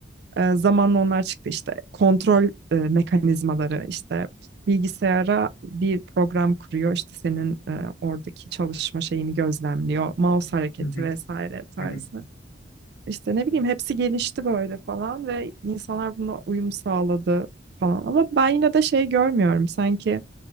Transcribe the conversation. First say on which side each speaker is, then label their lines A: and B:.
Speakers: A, on the right (about 60°); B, on the left (about 90°).
A: E, zamanla onlar çıktı işte kontrol e, mekanizmaları işte bilgisayara bir program kuruyor işte senin e, oradaki çalışma şeyini gözlemliyor mouse hareketi
B: Hı hı,
A: vesaire tarzı
B: hı hı.
A: işte ne bileyim hepsi gelişti böyle falan ve insanlar buna uyum sağladı falan ama ben yine de şey görmüyorum sanki